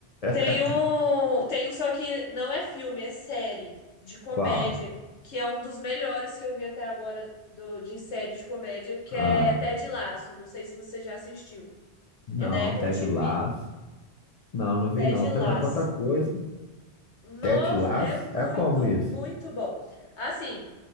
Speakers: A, on the left (about 80°); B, on the left (about 45°).
A: Tem
B: <laughs>
A: um, tem um só que não é filme, é série de comédia,
B: Qual?
A: que é um dos melhores que eu vi até agora do, de série de comédia, que
B: Ah,
A: é Ted Lasso. Não sei se você já assistiu.
B: não,
A: É da Apple
B: Ted
A: TV.
B: Lasso. Não, não vi
A: Ted
B: não. Tá
A: Lasso.
B: vendo? Tanta coisa.
A: Nossa,
B: Ted Lasso?
A: é muito,
B: É como isso?
A: muito bom. Assim,